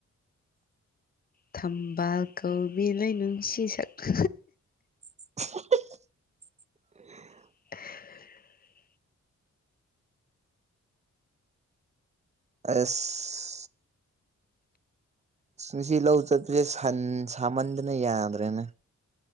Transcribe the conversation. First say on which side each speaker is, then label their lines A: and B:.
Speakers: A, on the left (about 30°); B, on the right (about 25°).
A: ꯊꯝꯕꯥꯜ ꯀꯧꯕꯤ ꯂꯩꯥꯅꯨꯡꯁꯤ ꯁꯛꯄ
B: <inaudible>
A: <inaudible>
B: ꯑꯁ ꯉꯁꯤ ꯂꯧ ꯆꯠꯄꯁꯦ ꯁꯥꯃꯟꯗꯅ ꯌꯥꯗ꯭ꯔꯦꯅꯦ